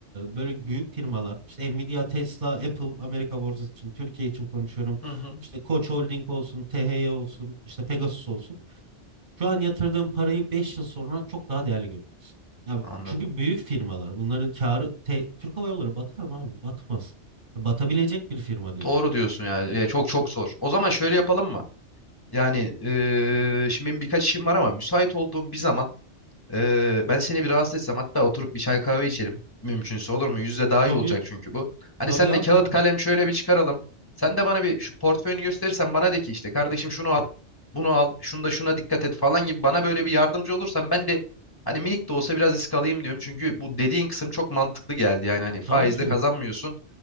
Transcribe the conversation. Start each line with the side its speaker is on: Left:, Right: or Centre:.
Right: böyle büyük firmalar işte Nvidia, Tesla, Apple Amerika borsası için Türkiye için konuşuyorum.
Left: Hı hı.
Right: İşte Koç Holding olsun, THY olsun, işte Pegasus olsun.
Left: hı.
Right: Şu an yatırdığın parayı 5 yıl sonra çok daha değerli görürsün. Ya bu-
Left: Anladım.
Right: çünkü büyük firmalar bunların karı te- Türk Hava Yolları batar mı abi? Batmaz. Ya Batabilecek bir firma değil.
Left: Doğru diyorsun yani. Ya çok çok zor. O zaman şöyle yapalım mı? Yani eee, şimdi benim birkaç işim var ama müsait olduğum bir zaman Ee, ben seni bir rahatsız etsem hatta oturup bir çay kahve içelim. Mümkünse olur mu? Yüzde daha
Right: Tabii.
Left: iyi olacak çünkü bu. Hani
Right: Tabii
Left: senle
Right: abi
Left: kağıt
Right: tabii.
Left: kalem şöyle bir çıkaralım. Sen de bana bir şu portföyünü gösterirsen bana de ki işte kardeşim şunu al, bunu al, şunda şuna dikkat et falan gibi bana böyle bir yardımcı olursan ben de hani minik de olsa biraz risk alayım diyorum. Çünkü bu dediğin kısım çok mantıklı geldi. Yani hani faizde
Right: Tabii ki
Left: kazanmıyorsun,
Right: de.